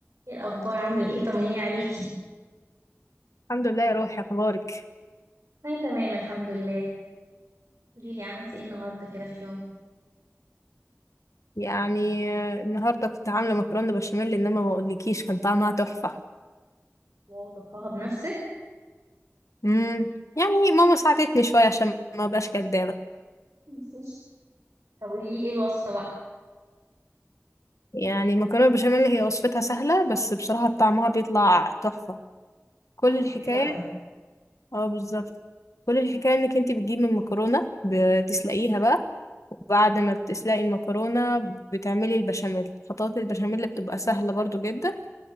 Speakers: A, on the right; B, on the left.
A: ايه الاخبار عامله ايه طمنيني عليكي
B: الحمد لله يا روحي اخبارك
A: انا تمام الحمد لله قولي لي عملتي ايه النهارده كده في يوم
B: يعني آه، النهارده كنت عامله مكرونه بشاميل انما ما اقولكيش كان طعمها تحفه
A: واو طبخها بنفسك
B: امم يعني ماما ساعدتني شويه عشان ما ابقاش كدابه
A: مفيش. طب قولي لي ايه الوصفه بقى
B: يعني المكرونه بشاميل هي وصفتها سهله بس بصراحه طعمها بيطلع تحفه كل
A: اه لا
B: الحكايه
A: هي حلوه قوي
B: اه بالظبط كل الحكايه انك انت بتجيبي المكرونه بتسلقيها بقى وبعد ما بتسلقي المكرونه بتعملي البشاميل خطوات البشاميل بتبقى سهله برضو جدا